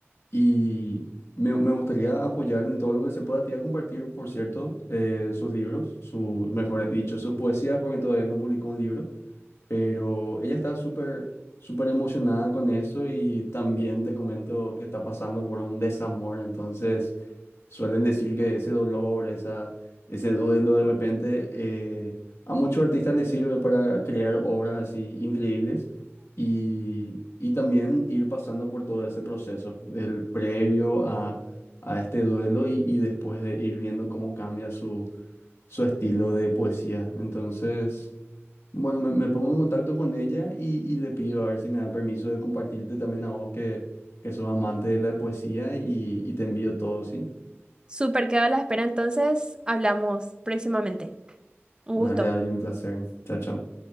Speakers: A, on the left; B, on the right.
A: Y me, me gustaría apoyar en todo lo que se pueda. Te iba a compartir, por cierto, eh, sus libros, su, mejor dicho, sus poesías, porque todavía no publicó un libro pero ella está súper, súper emocionada con eso y también te comento que está pasando por un desamor, entonces suelen decir que ese dolor, esa, ese duelo de repente, eh, a muchos artistas les sirve para crear obras así increíbles y, y también ir pasando por todo ese proceso, el previo a, a este duelo y, y después de ir viendo cómo cambia su, su estilo de poesía. Entonces... Bueno, me, me pongo en contacto con ella y, y le pido a ver si me da permiso de compartirte también a vos que, que sos amante de la poesía y, y te envío todo, ¿sí?
B: Súper, quedo a la espera, entonces hablamos próximamente. Un
A: Dale,
B: gusto.
A: Adri, un placer. Chao, chao.